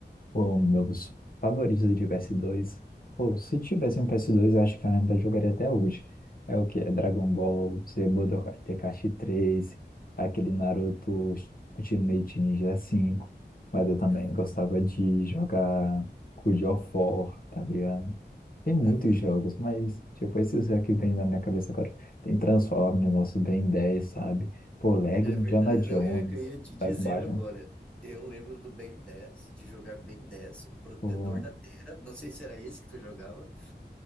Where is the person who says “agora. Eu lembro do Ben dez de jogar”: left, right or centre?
Centre